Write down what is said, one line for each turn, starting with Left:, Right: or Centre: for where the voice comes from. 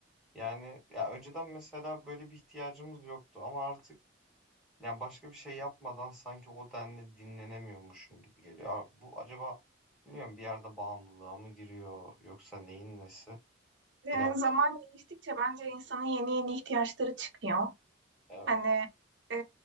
Centre: Yani ya önceden mesela böyle bir ihtiyacımız yoktu ama artık yani başka bir şey yapmadan sanki o denli dinlenemiyormuşum gibi geliyor. Abi bu acaba bilmiyorum bir yerde bağımlılığa mı giriyor yoksa neyin nesi
Right: Yani
Centre: bilemem.
Right: zaman geçtikçe bence insanın yeni yeni ihtiyaçları çıkıyor.
Centre: Evet.
Right: Hani e,